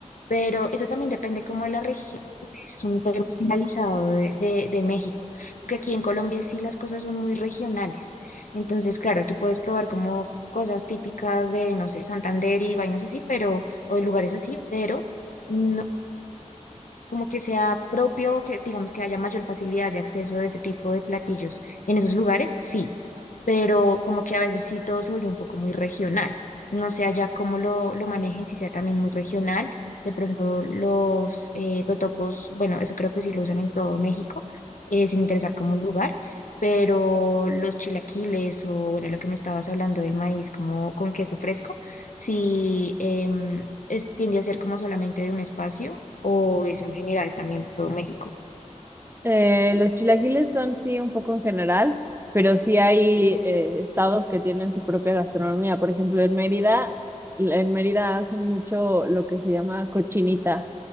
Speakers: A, on the left; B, on the right.
A: pero eso también depende como de la región, no es un tema generalizado de, de, de México, porque aquí en Colombia sí las cosas son muy regionales, entonces claro, tú puedes probar como cosas típicas de, no sé, Santander y vainas así, pero, o de lugares así, pero no. como que sea propio, que digamos que haya mayor facilidad de acceso de ese tipo de platillos en esos lugares, sí, pero como que a veces sí todo se vuelve un poco muy regional. No sé allá cómo lo, lo manejen, si sea también muy regional. De pronto los eh, totopos, bueno, eso creo que sí lo usan en todo México, eh, sin interesar como un lugar, pero los chilaquiles o bueno, lo que me estabas hablando del maíz como con queso fresco, sí em, es, tiende a ser como solamente de un espacio o es en general también todo México?
B: Eh, los chilaquiles son sí un poco en general, pero sí hay eh, estados que tienen su propia gastronomía. Por ejemplo, en Mérida, en Mérida hacen mucho lo que se llama cochinita.